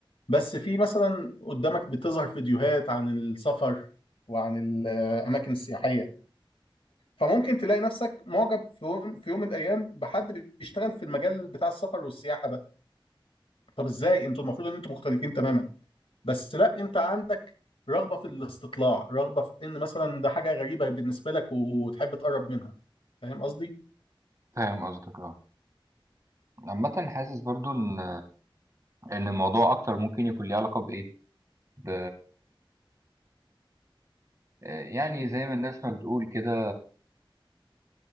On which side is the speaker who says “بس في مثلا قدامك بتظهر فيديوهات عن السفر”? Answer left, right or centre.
Left